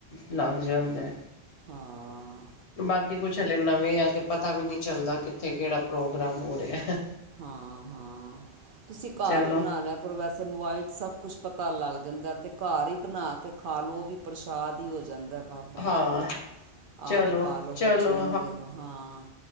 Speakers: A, on the left (about 75°); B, on the right (about 60°).
A: ਲੱਗ ਜਾਂਦਾ ਏ।
B: ਹਾਂ
A: ਬਾਕੀ ਕੁਛ ਹਲੇ ਨਵੇਂ ਆ, ਤੇ ਪਤਾ ਵੀ ਨਈ ਚੱਲਦਾ ਕਿੱਥੇ ਕੇੜਾ ਪ੍ਰੋਗਰਾਮ ਹੋ ਰੇਹਾ ਹਹ
B: ਹਾਂ -ਹਾਂ ਤੁਸੀਂ ਘਾਰ
A: ਚਲੋ
B: ਬਣਾ ਲੇਆ ਪਰ ਵੈਸੇ ਮੋਬਾਈਲ ਚ ਸਭ ਕੁਛ ਪਤਾ ਲੱਗ ਜਾਂਦਾ, ਤੇ ਘਰ ਈ ਬਣਾ ਕੇ ਖਾ ਲੋੋ ਓਵੀ ਪ੍ਰਸ਼ਾਦ ਈ ਹੋ ਜਾਂਦਾ ਬਾਬਾ ਜੀ
A: ਹਾਂ
B: ਦਾ
A: ਚਲੋ
B: ਆਪ ਖਾ ਲਓ,
A: ਚਲੋ
B: ਬੱਚੋਆਂ ਨੂੰ ਦੇਦੋ ਹਾਂ